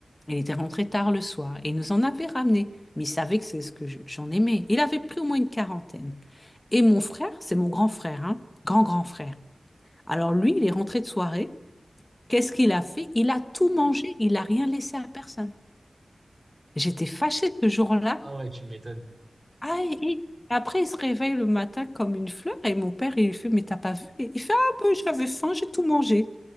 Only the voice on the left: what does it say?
Il était rentré tard le soir et il nous en avait ramené. Mais il savait que c'est ce que je- j'en aimais. Il avait pris au moins une quarantaine. Et mon frère, c'est mon grand frère, hein, grand grand frère. Alors lui, il est rentré de soirée. Qu'est-ce qu'il a fait? Il a tout mangé, il n'a rien laissé à personne. J'étais fâchée ce jour-là.
Ah, et, et après, il se réveille le matin comme une fleur et mon père, il lui fait, mais t'as pas vu? Et il fait, ah ben, j'avais faim, j'ai tout mangé.